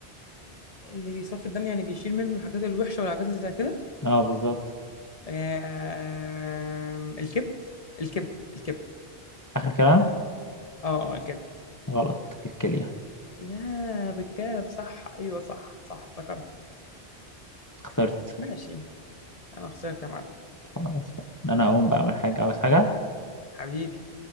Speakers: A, on the left; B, on the left.
A: اللي بيصفي الدم يعني بيشيل منه الحاجات الوحشة والحاجات اللي زي كده
B: اه بالظبط
A: آم، الكبد الكبد الكبد
B: اخر كلام
A: اه اه الكبد
B: غلط الكلية
A: يا بالكاف صح ايوه صح صح افتكرت
B: خسرت
A: ماشي انا خسرت يا معلم
B: خلاص بقى. انا هقوم بقى اعمل حاجة عاوز حاجة
A: حبيبي